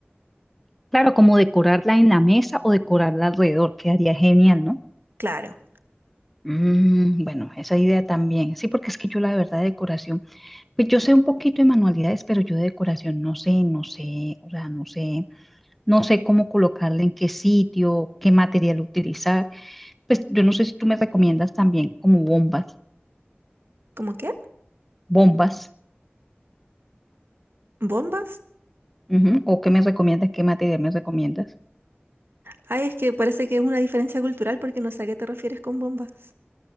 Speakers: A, in the centre; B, on the right.
A: claro, como decorarla en la mesa o decorarla alrededor, quedaría genial, ¿no?
B: Claro,
A: Mm, bueno, esa idea también. Sí, porque es que yo la verdad de decoración, pues yo sé un poquito de manualidades, pero yo de decoración no sé, no sé, o sea, no sé. no sé cómo colocarla, en qué sitio, qué material utilizar. Pues yo no sé si tú me recomiendas también como bombas,
B: ¿como qué?
A: bombas,
B: ¿Bombas?
A: ujú, o qué me recomiendas, qué material me recomiendas.
B: Ay, es que parece que es una diferencia cultural porque no sé a qué te refieres con bombas.